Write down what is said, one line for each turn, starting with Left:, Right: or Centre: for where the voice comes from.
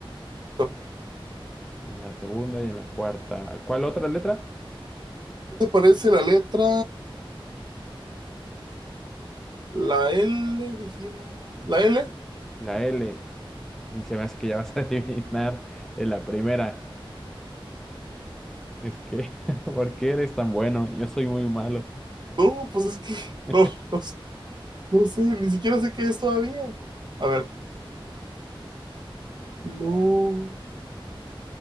Right: Listo.
Centre: En la segunda y en la cuarta. ¿Cuál otra letra?
Right: ¿Qué te parece la letra? La L, dijimos. ¿La L?
Centre: La L. Y se me hace que ya vas a <laughs> adivinar en la primera. Es que, <laughs> ¿por qué eres tan bueno? Yo soy muy malo.
Right: No, pues es que
Centre: <laughs>
Right: no, no, sé, no sé, ni siquiera sé qué es todavía. A ver, lo,
Centre: Ah,